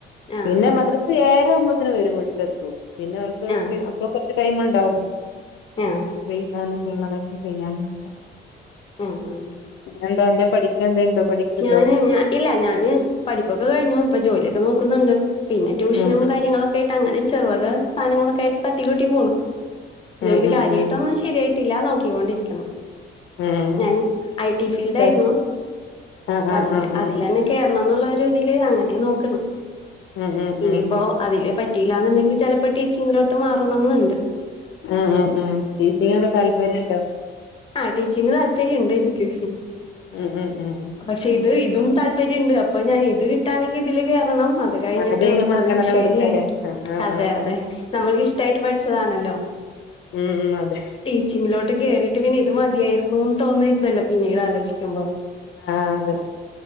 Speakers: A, on the left (about 25°); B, on the left (about 70°).
A: ആ
B: പിന്നെ
A: ആ
B: മദ്രസ് ഏഴര ആവുമ്പത്തേന് വരും വീട്ടിലെത്തും. പിന്നെ ഓൽക്ക്
A: ആ
B: അപ്പളും കുറച്ച് ടൈം ഇണ്ടാവും
A: ആ ആ
B: എഴുതാനൊക്കെ ഉള്ളതൊക്കെ ചെയ്യാനൊക്കെ
A: ആ
B: പിന്നെന്താ എന്തേം പഠിക്കെ എന്തെം ഇണ്ടോ പഠിക്കുണ്ടോ?
A: ഞാന് ഞ ഇല്ല ഞാന് പഠിപ്പൊക്കെ കഴിഞ്ഞു ഇപ്പൊ ജോലിയൊക്കെ നോക്കുന്നുണ്ട് പിന്നെ ട്യൂഷനും
B: ഉം
A: കാര്യങ്ങളൊക്കെ ആയിട്ട് അങ്ങനെ ചെറുവക സാധനങ്ങളൊക്കെ ആയിട്ട് തട്ടിക്കൂട്ടി പോണ്,
B: ഉം
A: ജോലി
B: ഉം
A: കാര്യമായിട്ടൊന്നും
B: ഉം
A: ശരിയായിട്ട് ട്ടില്ല നോക്കിക്കൊണ്ടിരിക്ക്ണ്.
B: ഉം ഉം
A: ഞാൻ ഐ ടി ഫീൽഡ് ആയിരുന്നു
B: ഉം ആഹ്
A: അപ്പം
B: ആഹ്
A: അതിന്റെ
B: ആഹ് ആഹ്
A: അതിലന്നെ കേറണം എന്നുള്ള ഒരുഇതില് അങ്ങനെ നോക്കുണു
B: ഉം ഉം
A: ഇനിയിപ്പോ
B: ഉം
A: അതില് പറ്റി റ്റിയിലാന്നുണ്ടെങ്കിൽ ചിലപ്പോ ടീച്ചിങ്ങിലോട്ട് മാറണംമെന്നുണ്ട്.
B: ആ ആ ആ ടീച്ചിങ്ങ് ഒക്കെ താല്പര്യം ഇണ്ടോ?
A: ആഹ ടീച്ചിങ് താല്പര്യം ഇണ്ട് എനിക്ക്.
B: ഉം, ഉം, ഉം,
A: പക്ഷെ ഇത് ഇതും താല്പര്യം ഇണ്ട് അപ്പൊ ഞാൻ ഇത് കിട്ടാണെങ്കിൽ ഇതില് കേറണം. അത് കഴിഞ്ഞിട്ട്,
B: ആദ്യയിന് മുൻഗണന
A: അത് ശരിയായി
B: കൊടുക്കല്ലേ ആഹ് ആഹ്
A: അതെ
B: ആഹ്
A: അതെ നമ്മൾക്ക് ഇഷ്ടായിട്ട് പഠിച്ചതാണല്ലോ.
B: ഉം അതെ
A: ടീച്ചിങ്ങ് ലോട്ട് കേറിയിട്ട് പിന്നെ ഇത് മതിയായിരുന്നുന്ന് തോന്നരുധല്ലോ പിന്നീട് ആലോചിക്കുമ്പോ.
B: ആഹ, അതെ